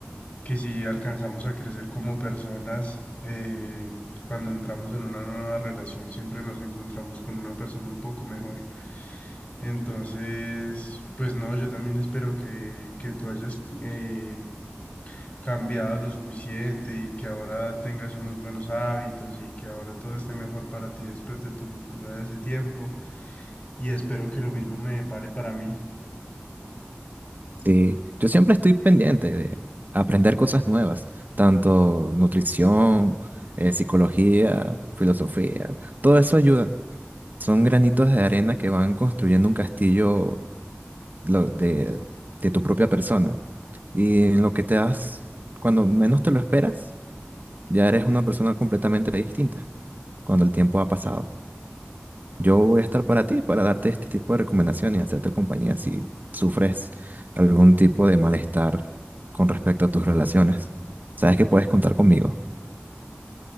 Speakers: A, on the left; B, on the right.
A: que si alcanzamos a crecer como personas, eh, cuando entramos en una nueva relación siempre nos encontramos con una persona un poco mejor. Entonces, pues no, yo también espero que, que tú hayas eh, cambiado lo suficiente y que ahora tengas unos buenos hábitos y que ahora todo esté mejor para ti después de tu ruptura de ese tiempo. Y espero que lo mismo me depare para mí.
B: Sí, yo siempre estoy pendiente de aprender cosas nuevas, tanto nutrición, eh, psicología, filosofía, todo eso ayuda. Son granitos de arena que van construyendo un castillo lo- de, de tu propia persona. Y en lo que te das, cuando menos te lo esperas, ya eres una persona completamente distinta. cuando el tiempo ha pasado. Yo voy a estar para ti, para darte este tipo de recomendaciones y hacerte compañía si sufres algún tipo de malestar con respecto a tus relaciones. Sabes que puedes contar conmigo.